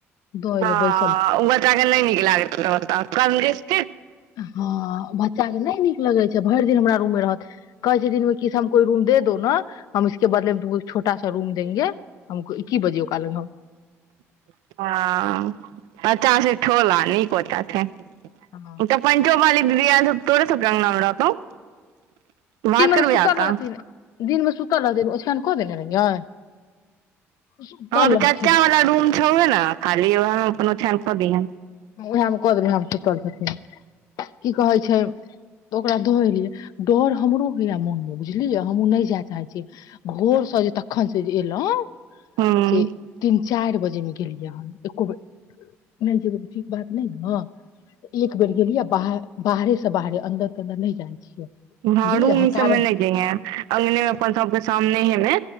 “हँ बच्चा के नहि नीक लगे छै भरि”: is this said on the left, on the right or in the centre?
Left